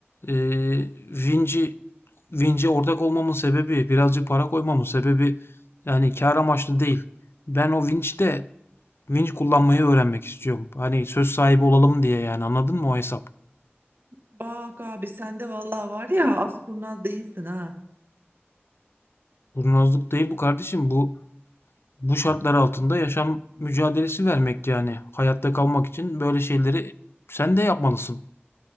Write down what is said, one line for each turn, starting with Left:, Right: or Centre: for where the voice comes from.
Left: e, Vinci Vinci ortak olmamın sebebi birazcık para koymamın sebebi yani kar amaçlı değil. Ben o Vinci'de Vinci kullanmayı öğrenmek istiyorum. Hani söz sahibi olalım diye yani anladın mı o hesap?
Right: bak abi sende vallahi var ya az kurnaz değilsin ha.
Left: Kurnazlık değil bu kardeşim. Bu bu şartlar altında yaşam mücadelesi vermek yani. Hayatta kalmak için böyle şeyleri sen de yapmalısın.